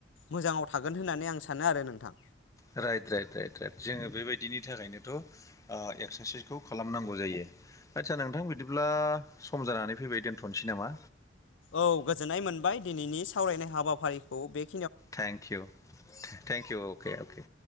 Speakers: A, on the left; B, on the left.
A: मोजाङाव थागोन होननानै आं सानो आरो नोंथां
B: राइट राइट राइट राइट जोङो बेबायदिनि थाखायनोथ' एक्सारसाइसखौ खालामनांगौ जायो आदसा नोंथां बिदिब्ला सम जानानै फैबाय दोन्थ'नोसै नामा
A: औ गोजोननाय मोनबाय दिनैनि सावरायनाय हाबाफारिखौ बे
B: thank you thank you okay okay